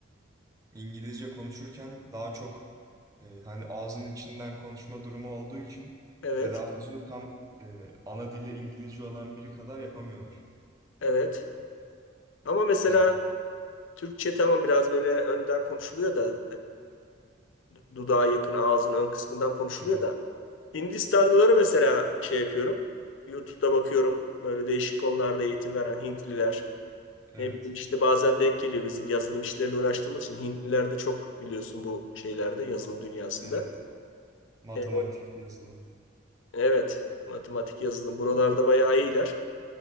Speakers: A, on the right (about 15°); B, on the left (about 70°).
A: İngilizce konuşurken daha çok e, hani ağzının içinden konuşma durumu olduğu için
B: Evet.
A: telaffuzu tam e, ana dili İngilizce olan biri kadar yapamıyorlar.
B: Evet. Ama mesela
A: E,
B: Türkçe tamam biraz böyle önden konuşuluyor da e, dudağa yakın ağzın ön kısmından konuşuluyor
A: Hı hı.
B: da Hindistanlıları mesela şey yapıyorum. YouTube'da bakıyorum böyle değişik konularda eğitim veren Hintliler.
A: Evet,
B: Ne bileyim işte bazen denk geliyor bizim yazılım işleriyle uğraştığımız için Hintliler de çok biliyorsun bu şeylerde yazılım dünyasında.
A: evet. Matematik,
B: E,
A: yazılım.
B: evet matematik yazılım buralarda bayağı iyiler.